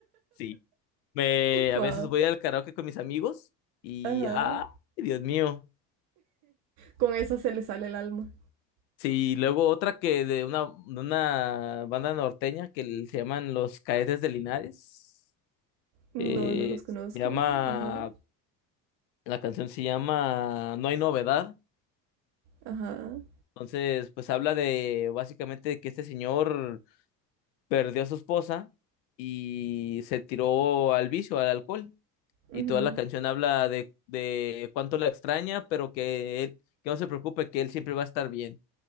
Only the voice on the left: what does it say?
sí. Me,
a veces voy al karaoke con mis amigos y
¡ah! Dios mío.
Sí, luego otra que de una, de una banda norteña que se llaman Los Cadetes de Linares.
Eh,
se llama,
la canción se llama No hay novedad.
Entonces, pues habla de básicamente que este señor perdió a su esposa y se tiró al vicio, al alcohol. Y
toda la canción habla de, de cuánto la extraña, pero que él, que no se preocupe, que él siempre va a estar bien.